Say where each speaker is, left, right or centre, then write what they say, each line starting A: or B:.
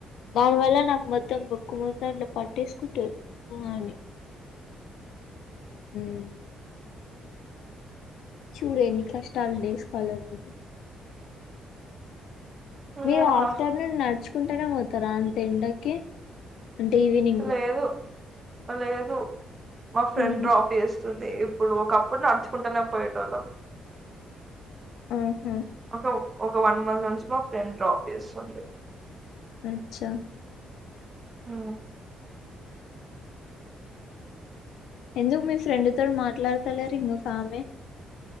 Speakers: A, on the left; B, on the right.
A: దాన్ని వల్ల నా మొత్తం ము క్కు మొత్తమఇట్లా పట్టేసుకుంటది ఉ అని ఉమ్ చూడు ఎన్ని కష్టాలు డేస్ కాలర్గ్ ఉంటే
B: ఇగ
A: మీరు అఫ్టనూన్ నడుచుకుంటేనే పోతారా అంత ఎండకి అంటే ఈవినింగ్
B: లేదు లేదు మా ఫ్రెండ్
A: ఉమ్
B: డ్రాప్ చేస్త వస్తుంది ఇప్పుడు ఒకప్పుడు నడుచుకుంటనే పోయేటోళ్ళం
A: ఆహా
B: ఒక ఒక వన్ మంత్ నుంచి మా ఫ్రెండ్ డ్రాప్ చేస్తుంది
A: అచ్చా
B: ఆ
A: ఎందుకు మీ ఫ్రెండ్ తో మాట్లాడతలే ర్ ఇంకో ఆమె